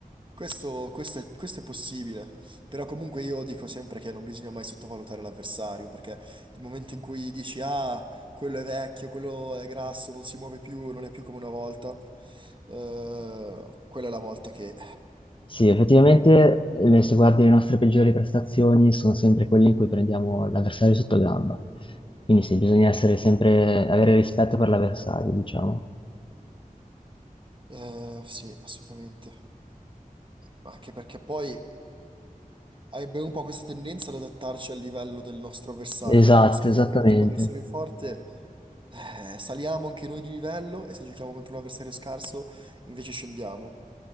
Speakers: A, on the right; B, on the left.
A: Questo, questo è, questo è possibile, però comunque io dico sempre che non bisogna mai sottovalutare l'avversario, perché il momento in cui dici ah, quello è vecchio, quello è grasso, non si muove più, non è più come una volta, eh, quella è la volta che...
B: Sì, effettivamente, eh, se guardi le nostre peggiori prestazioni, sono sempre quelle in cui prendiamo l'avversario sotto gamba. Quindi sì, bisogna essere sempre, avere rispetto per l'avversario, diciamo.
A: eh, sì, assolutamente. Anche perché poi Abbiamo un po' questa tendenza ad adattarci al livello del nostro avversario,
B: Esatto,
A: no? Quindi se giochiamo
B: esattamente.
A: contro un avversario forte, eh, saliamo anche noi di livello e se giochiamo contro un avversario scarso, invece scendiamo.